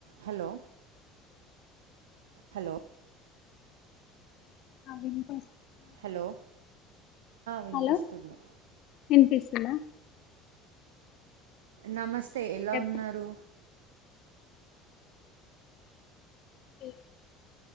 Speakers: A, on the right; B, on the left.
A: Hello hello
B: అవింకా
A: hello వినిపిస్తుంది
B: hello వినిపిస్తుందా
A: నమస్తే అతే ఎలా
B: చెప్ప
A: ఉన్నారు
B: ఇ